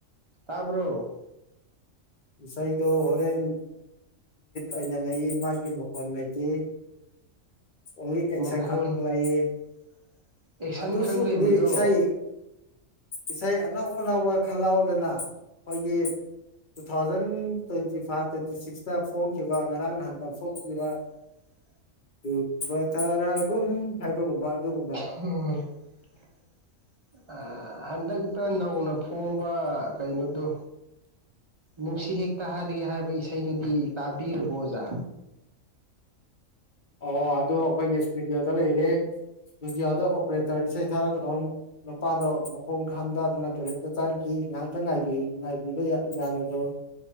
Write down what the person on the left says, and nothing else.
ꯏꯁꯩꯗꯣ ꯍꯣꯔꯦꯟ ꯑꯣꯏꯅ ꯂꯩ ꯃꯥꯒꯤ ꯃꯈꯣꯟ ꯂꯩꯇꯦ ꯑꯣꯅꯤ ꯑꯦ
ꯁ ꯈꯥꯛ ꯄꯨꯂꯥꯏꯌꯦ <unintelligible>
ꯑꯗꯨꯁꯨꯕꯨꯗꯤ
ꯏꯁꯩ ꯏꯁꯩ ꯑꯅꯧ ꯑꯅꯧꯕ ꯈꯜꯍꯥꯎꯗꯅ ꯑꯩꯈꯣꯏꯒꯤ two thousand twenty five twenty ꯁꯤꯛꯁꯇ ꯐꯣꯡꯈꯤꯕ ꯉꯔꯥꯡ ꯅꯍꯥꯟꯗ ꯐꯣꯡꯈꯤꯕ
<unintelligible> ꯍꯥꯏꯕꯒꯨꯝꯕ ꯑꯗꯨꯒꯨꯝ
ꯑꯣ ꯑꯗꯨ ꯑꯩꯈꯣꯏꯒꯤ ꯏꯁꯇꯨꯗꯤꯑꯣꯗ ꯂꯩꯔꯦ ꯏꯁꯇꯨꯗꯤꯑꯣꯗ ꯑꯣꯄꯔꯦꯇꯔ ꯏꯁꯩ ꯊꯥꯔꯛꯀꯗꯧ ꯅꯨꯄꯥꯗꯣ ꯃꯈꯣꯡ ꯍꯥꯝꯗꯥꯗꯅ ꯇꯣꯏꯂꯦꯠꯇ ꯆꯪꯈꯤ ꯉꯥꯏꯍꯥꯛꯇ ꯉꯥꯏꯕꯤ ꯉꯥꯏꯕꯤꯕ ꯌꯥ ꯌꯥꯔꯣꯏꯗ꯭ꯔꯣ